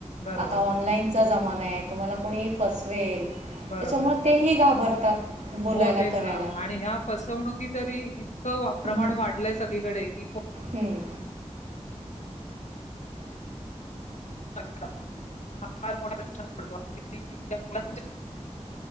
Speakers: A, on the left; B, on the right.
A: बरोबर,
B: आता ऑनलाईनचा जमाना आहे तुम्हाला कुणीही फसवेल
A: बरोबर.
B: त्याच्यामुळे तेही घाबरतात बोलायला
A: हो, तेच
B: करायला
A: ना आणि ह्या फसवणुकी तरी इतकं प्रमाण
B: हम्म,
A: वाढलंय सगळीकडे कि
B: हम्म,
A: अच्छा फार मोठा प्रश्न पडतो